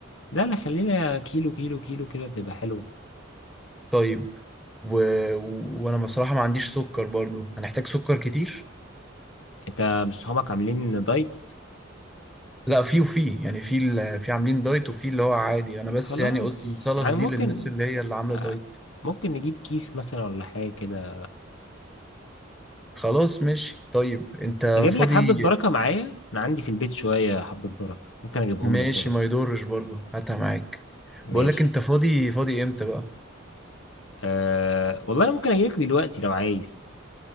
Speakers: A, on the left; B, in the centre.
A: لا لا خلينا كيلو كيلو كيلو كده تبقى حلوة
B: طيب و... و... وانا بصراحة ما عنديش سكر برضو هنحتاج سكر كتير
A: انت مش صحابك عاملين دايت
B: لا في وفي يعني في ال... في عاملين دايت وفي اللي هو عادي انا بس
A: خلاص
B: يعني قلت السلطة
A: يعني ممكن
B: دي للناس اللي هي اللي عاملة
A: آه،
B: دايت
A: ممكن نجيب كيس مثلا ولا حاجة كده
B: خلاص ماشي طيب انت
A: أجيب
B: فاضي
A: لك حبة بركة معايا أنا عندي في البيت شوية حبة بركة ممكن أجيبهم
B: ماشي
A: لك برضه
B: ما يضرش برضو هاتها معاك
A: ماشي
B: بقول لك انت فاضي فاضي امتى بقى
A: أه والله أنا ممكن أجيلك دلوقتي لو عايز